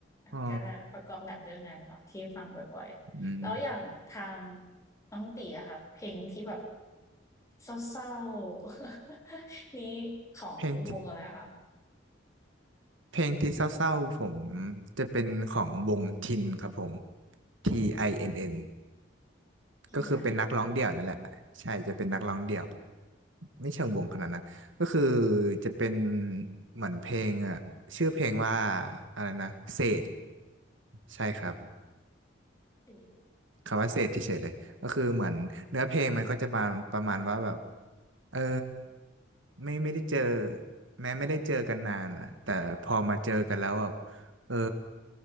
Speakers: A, on the right; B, on the left.
A: อ๋อ
B: ก็ประกอบหนังเรื่องนั้นเนาะที่ฟังบ่อยๆแล้วอย่างทาง
A: อืม
B: น้องตีอะค่ะเพลงที่แบบเศร้าๆ <laughs> นี้ของวงอะไรอะคะ
A: เพลงที่เพลงที่เศร้าๆผมจะเป็นของวงทินครับผม T I N N
B: T.I.
A: ก็คือเป็นนักร้องเดี่ยวนั่นแหละใช่จะเป็นนักร้องเดี่ยว
B: ่
A: ไม่เชิงวงขนาดนั้นก็คือจะเป็นเหมือนเพลงอ่ะชื่อเพลงว่าอะไรนะเศษใช่ครับ
B: ไอ
A: คำว่าเสพเฉยๆเลยก็คือเหมือนเนื้อเพลงมันก็จะประมาณประมาณว่าแบบเออไม่ไม่ได้เจอแม้ไม่ได้เจอกันนานอะแต่พอมาเจอกันแล้วแบบเออ